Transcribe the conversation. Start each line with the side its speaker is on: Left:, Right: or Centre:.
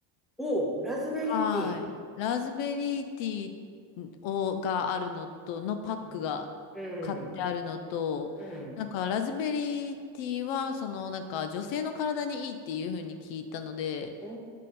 Centre: おうラズベリーティー。
Left: はい。ラズベリーティーをがあるのと、のパックが買ってあるのと、
Centre: うん。うんうん。
Left: なんかラズベリーティーは、そのなんか女性の体にいいっていう風に聞いたので、
Centre: お